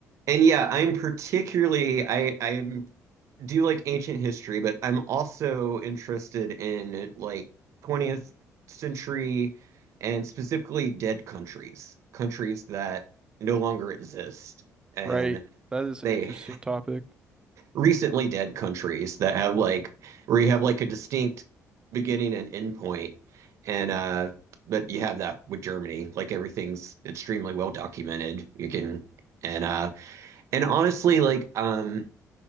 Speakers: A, on the right; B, on the right.
A: And yeah, I'm particularly I I do like ancient history, but I'm also interested in like 20th century and specifically dead countries, countries that no longer exist. And
B: Right, that is
A: they
B: an interesting topic.
A: recently dead countries that have like where you have like a distinct beginning and end point and uh but you have that with Germany like everything's extremely well documented you can and uh and honestly like um